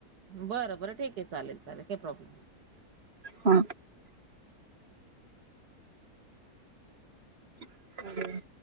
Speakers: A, on the right; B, on the right.
A: बरं बरं ठीकय चालेल चालेल काही प्रॉब्लेम नाही
B: हा <inaudible> हं